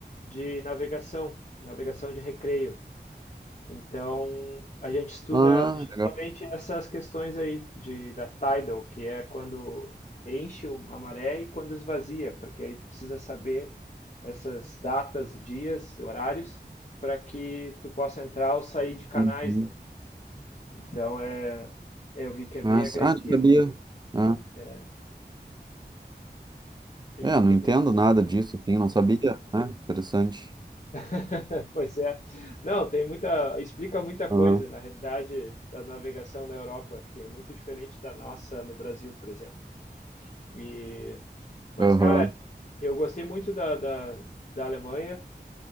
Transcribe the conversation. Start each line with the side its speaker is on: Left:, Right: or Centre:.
Left: de navegação, navegação de recreio. Então, a gente estuda
Right: ah,
Left: justamente
Right: legal.
Left: essas questões aí de, da tidal, que é quando enche o- a maré e quando esvazia, porque aí tu precisa saber essas datas, dias, horários, para que tu possa entrar ou sair de canais,
Right: Uhum.
Left: né? Então, é, eu vi que é bem
Right: Mas-
Left: agressivo.
Right: ah, não sabia. Ah,
Left: É, Eu
Right: é,
Left: vi
Right: eu
Left: que
Right: não entendo
Left: é bem.
Right: nada disso, assim, não sabia, né? Interessante.
Left: <laughs> Pois é. Não, tem muita. Explica muita coisa,
Right: Ah,
Left: na realidade, da navegação na Europa, que é muito diferente da nossa no Brasil, por exemplo. E... Mas,
Right: aham.
Left: cara, eu gostei muito da, da, da Alemanha.